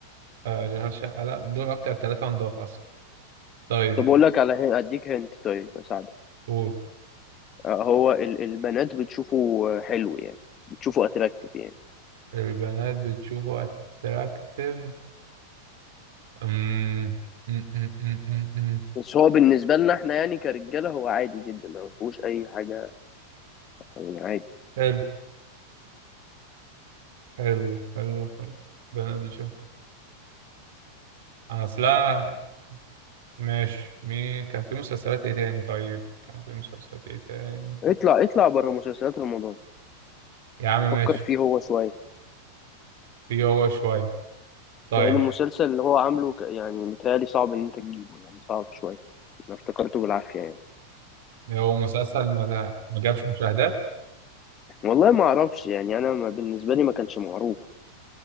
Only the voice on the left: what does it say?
طب أقول لك على هن- أديك هنت طيب أساعدك
آه، هو ال- البنات بتشوفه حلو يعني بتشوفه أتراكتيف يعني
بس هو بالنسبة لنا احنا يعني كرجالة هو عادي جدا ما فيهوش أي حاجة يعني عادي
اطلع اطلع بره مسلسلات رمضان
فكر فيه هو شوية
لأن المسلسل اللي هو عامله ك- يعني متهيألي صعب إن أنت تجيبه يعني صعب شوية أنا افتكرته بالعافية يعني
والله ما اعرفش يعني انا ما بالنسبه لي ما كانش معروف